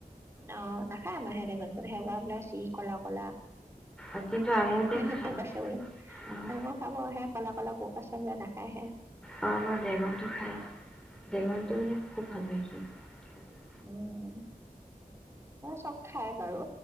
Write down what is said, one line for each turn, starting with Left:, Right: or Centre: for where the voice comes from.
Right: অ নাখায় আমাৰ সে দে সেৱা বলাই চি ক'লা কলা
Centre: অ' কিন্তু আঙুৰটো
Right: সহে
Centre: নাখায়
Right: পোক আছে বোলে
Centre: অঁ
Right: ডাঙৰ খাব আহে কলা কলা বোক আছে বোলে নাখায়হে
Centre: অ আমাৰ বেঙনটো খাই
Right: উম
Centre: বেঙনটো মানে খুব ভাল পায় সি খাই
Right: উম চব খায় বাৰু